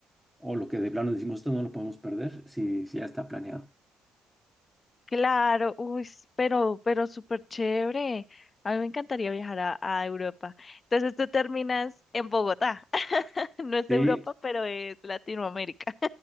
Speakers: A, in the centre; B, on the left (about 35°).
A: o lo que de plano decimos, esto no lo podemos perder, si, si ya está planeado.
B: Claro, uy, s- pero, pero súper chévere. A mí me encantaría viajar a, a Europa. Entonces tú terminas en Bogotá. <laughs> No es
A: Sí,
B: Europa, pero es Latinoamérica.